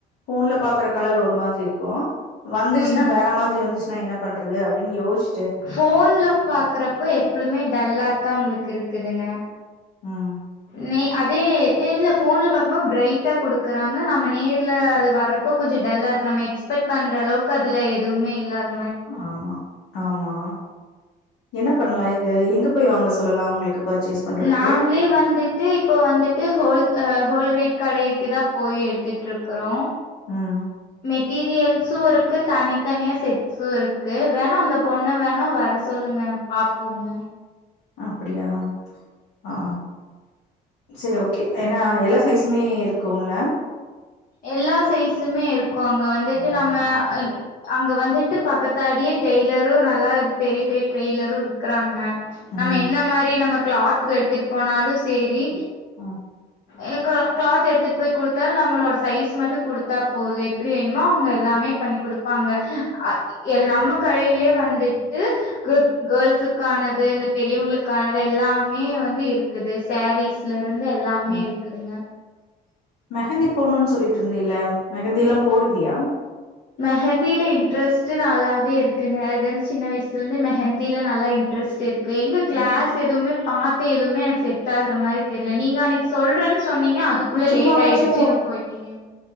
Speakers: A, on the left; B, on the left.
A: போன்ல பா கலர் ஒரு மாதிரி இருக்கும் வந்துச்சுன்னா
B: ம்
A: வேற மாரி வந்துச்சுன்னா என்ன பண்றது அப்டின்னு யோசி
B: போன்ல பாக்குறப்ப எப்பழுமே டல்லாத்தா உங்களுக்கு இருக்குதுங்க
A: ம்
B: ந அதே இல்ல போன்ல பாக்கும் போது பிரைட்டா குடுக்குறாங்க நம்ம நேர்ல அது வர இப்ப கொஞ்ச டல்லா இருக்கு நம் எக்ஸ்பெக்ட் பண்ற அளவுக்கு அதுல எதுமே இல்ல தா
A: ஆமா ஆமா என்ன பண்ணலா இது எங்க போய் வாங்க சொல்லலா க்கு பர்ச்சேஸ் பண்றதுக்கு
B: நாங்களே வந்துட்டு இப்போ வந்துட்டு ஹோல்ஹ் ஹோல் ரேட் கடைக்கு தா போய் எடுத்துட்டு இருக்குறோ
A: ம்ம்
B: மெட்டீரியல்ஸ்சு இருக்கு தனி தனியாக செட் சோ இருக்கு வேணா அந்த பொண்ண வேணா வர சொல்லுங்க பாப்போங்க
A: அப்புடியா ஆ செரி ஓகே ஏன்னா எல்லா சைஸ்சுமே இருக்குல
B: எல்லா சைஸ்சுமே இருக்கு அங்க வந்துட்டு
A: ம்
B: நம்ம அங்க வந்துட்டு பக்கத்தாடியே டெய்லரு நல்லா பெரிய பெரிய ட்ரெய்லரு இருக்குறாங்க
A: ம்
B: நம்ம என்ன மாரி நம்ம கிளாத் வெ எடுத்துட்டு போனாலு செரி
A: ம் ம்
B: எனக்கா கிளாத் எடுத்துட்டு போய் குடுத்தால் நம்மளோட சைஸ் மட்டு குடுத்தா போது எப்டி வேணுமோ அவங்க எல்லாமே பண்ணி குடுப்பாங்க அ எல் நம்ம கையிலியே வந்துட்டு <unintelligible> கேள்ஸுக்கானது இந்த பெரியவங்களுக்கானது எல்லாமே வந்து இருக்குது சாரீஸ்லருந்து எல்லாமே
A: ம்.
B: இருக்குதுங்க
A: மெஹந்தி போடணுன்னு சொல்லிட்டு இருந்தீல்ல மெஹந்திலா போடுவியா
B: மெஹந்தியில இன்ட்ரெஸ்ட்டு நல்லாவே இருக்குங்க அது வந்து சின்ன வயசுல இருந்து மெஹந்தில நல்லா இன்ட்ரெஸ்ட் இருக்கு இப்ப எங்க கிளாஸ்
A: ம்
B: எதுவுமே பாத்து எதுவுமே எனக்கு செட் ஆகுற மாரி தெர்ல நீங்க அன்னைக்கு சொல்றன்னு சொன்னீங்க அதுக்குள்ள
A: நீ சும்மாவாச்சு
B: லேட் ஆயிருச்சின்னு போயிட்டீங்க